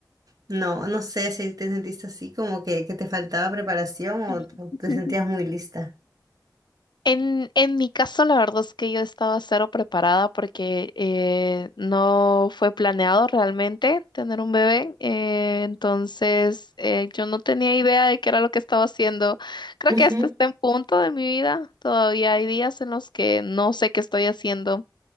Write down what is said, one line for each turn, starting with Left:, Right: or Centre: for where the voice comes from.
Right: no, no sé si te sentiste así como que, que te faltaba preparación
Left: <laughs>
Right: o, o te sentías muy lista.
Left: En, en mi caso, la verdad es que yo estaba cero preparada porque eh, no fue planeado realmente tener un bebé. eh, entonces, eh, yo no tenía idea de qué era lo que estaba haciendo. Creo
Right: Ujú,
Left: que este está en punto de mi vida. Todavía hay días en los que no sé qué estoy haciendo,